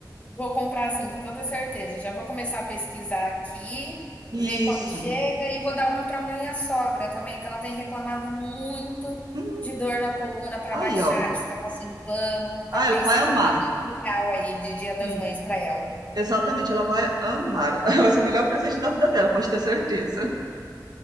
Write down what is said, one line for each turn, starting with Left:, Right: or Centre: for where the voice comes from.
Left: Vou comprar assim, com toda certeza. Já vou começar a pesquisar aqui,
Right: Isso.
Left: ver quando chega e vou dar uma para minha sogra também, que ela tem reclamado muito
Right: Hum,
Left: de dor na coluna para
Right: aí,
Left: baixar,
Right: ó.
Left: de ficar passando pano.
Right: Ah,
Left: Talvez
Right: ela vai
Left: seja
Right: amar.
Left: um presente legal aí de Dia das
Right: Sim.
Left: Mães para ela.
Right: Exatamente, ela vai amar. <laughs> Vai ser o melhor presente da vida dela, pode ter certeza.